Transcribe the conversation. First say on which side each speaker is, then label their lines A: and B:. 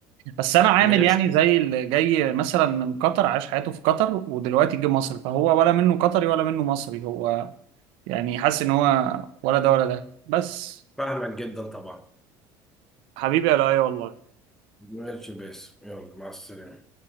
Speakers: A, on the right; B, in the centre.
A: بس انا عامل
B: ماشي
A: يعني زي اللي جاي مثلا من قطر عاش حياته في قطر ودلوقتي جه مصر فهو ولا منه قطري ولا منه مصري هو يعني حاسس ان هو ولا ده ولا ده بس
B: فاهمك جدا طبعا
A: حبيبي يا لؤي والله
B: ماشي باسم يلا مع السلامة